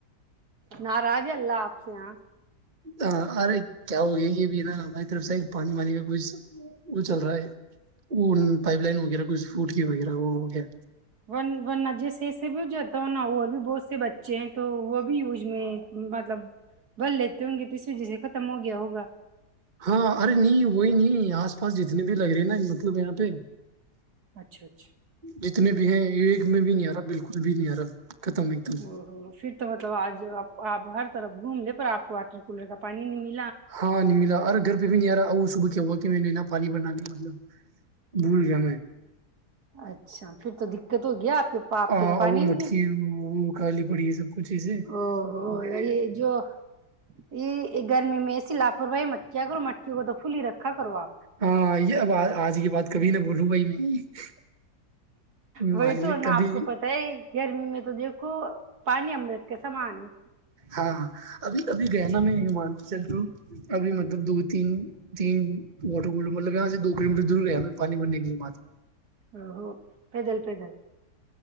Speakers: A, on the right; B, on the right.
A: ناراض اللہ آپ سے ہاں
B: ہ ارے کیا ہو گیا یہ بھی ہے نا باری طرف سےید پانی وانی کا کوھ وہ چل رہا ہے وہ پائپ لائن وغیرہ کچھ فوٹ کی وغیرہ وہ ہو گیا
A: و و ن جیس سے بھی ہو جاتا ہو نا اور بھی بہت سے بچے ہیں تو وہ بھی یوج میں مطلب بل لیتے ہوں گے تو اس وجہ سے ختم ہو گیا ہوگا
B: ہاں ارے نہیں وہی نہیں آس پاس جتنے بھی لگ رہے نا مطلب یہاں پہ
A: اچھا اچھا
B: جتنی ہے ایک میں بھی نہیں آ رہا بالکل بھی نہیں آ رہا ختم ایک دم
A: ہ ہوں پھر تو مطلب آج آپ ہر طرف گھوم لے پر آپ واٹر کولر کا پانی نہیں مل
B: ہاں نہیں ملا ارے گھر پہ بھی نہیں آ رہا وہ صب ہوا کہ میں نے نا پانی بنا لیا مطلب بھول گیا میں
A: اچھا پھر تو دقت ہو گیا آپ کے آپ
B: ہاں
A: کے تو پانی
B: وہ
A: نہیں
B: مٹکیا
A: ہے
B: وہ وہ کالی پڑی ہے سب کچھ ایسے
A: او ہو
B: مے
A: یہ جو یہ گرمی میں ایسی لاپرواہی مت کیا کرو مٹکی کو تو پھول ہی رکھا کرو آپ
B: ہاں یہ اب آج کی بات کبھی نہ بھولوں گا ہی میں یوں
A: وہی
B: مانیے
A: تو نا
B: کبھی
A: آپ کو پتا ہے گرمی میں تو تو دیکھو پانی امرت کے سامان ہے
B: ہاں ابھی ابھی گیا نا میں ہماچل تو ابھی مطلب دو تین تین واٹر کول مطلب یہاں سے دو کلو میٹر دور گیا میں پانی بھرنے کے لیے بع
A: ا ہوو پیدل پیدل